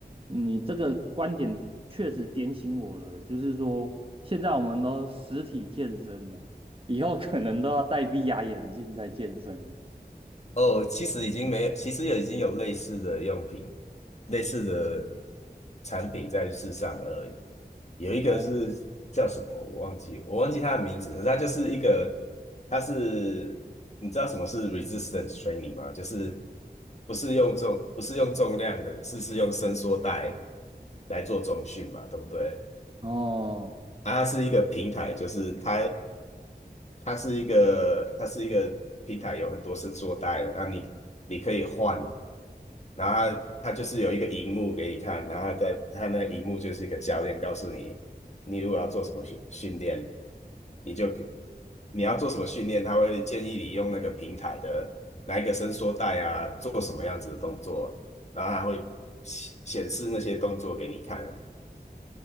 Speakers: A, on the right; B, on the left.
A: 你这个观点确实点醒我了，就是说现在我们都实体健身了，以后可能都要戴 VR 眼镜在健身。
B: 哦，其实已经没有，其实也已经有类似的用品、类似的产品在世上而已。有一个是叫什么，
A: 哦，
B: 我忘记，我忘记它的名字，可是它就是一个，它是你知道什么是 resistance training 吗？就是不是用重不是用重量的，是是用伸缩带来做重训嘛，对不对？
A: 哦，
B: 啊，它是一个平台，就是它它是一个它是一个平台，有很多伸缩带的，那你你可以换，然后它它就是有一个荧幕给你看，然后它的它那个荧幕就是一个教练告诉你，你如果要做什么训训练，你就给你要做什么训练，他会建议你用那个平台的哪一个伸缩带啊，做什么样子的动作，然后它会显显示那些动作给你看。